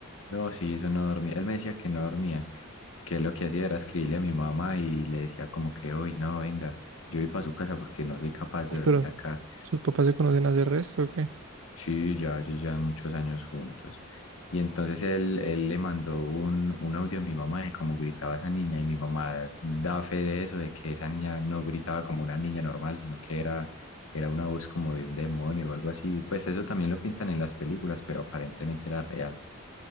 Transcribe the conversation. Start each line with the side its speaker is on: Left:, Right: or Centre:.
Left: No, sí, eso no dormía. Él me decía que no dormía y que lo que hacía era escribirle a mi mamá y le decía como que hoy no, venga, yo voy para su casa porque no soy capaz
Right: Uf,
Left: de
Right: pero
Left: dormir acá.
Right: sus papás se conocen hace resto, ¿o qué?
Left: Sí, ya ellos llevan muchos años juntos. Y entonces él, él le mandó un, un audio a mi mamá de cómo gritaba esa niña y mi mamá da fe de eso, de que esa niña no gritaba como una niña normal, sino que era, era una voz como de un demonio o algo así. Pues eso también lo pintan en las películas, pero aparentemente era real.